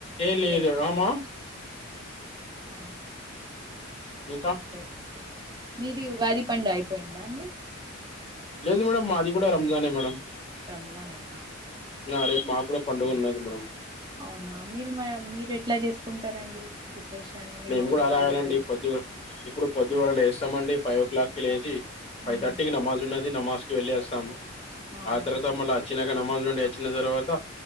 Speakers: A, on the left (about 30°); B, on the right (about 20°).
A: ఏలేదు
B: లేదా
A: రామా
B: ఆ
A: జూతమ్
B: ఓకే. మీది ఉగాది పండుగ అయిపోయిందా అండి
A: లేదు మేడంమ్ మాది కూడా రంజానే మేడంమ్
B: రంజానేనా
A: నా రేపు
B: ఆ,
A: మా కూడా పండుగ ఉన్నది మనం
B: అవునా మీరు మా మీరు ఎట్లా చేసుకుంటారండి. ప్రిపరేషన్ మీ
A: మేము
B: మమ్మీ
A: కూడా అలాగేనండి
B: వాళ్ళు
A: పొద్దుగా ఇప్పుడు పొద్దు వాళ్లు వేస్తామండి ఫైవ్ ఓ క్లాక్ కి లేచి
B: హ్మ్
A: ఫైవ్థర్టీకి నమాజ్ ఉన్నది నమాజ్ వెళ్ళి వాసా ము
B: అవునా
A: ఆ తరువాతా మాలా అచినాక నమాజ్ నుండి వచ్చిన తర్వాత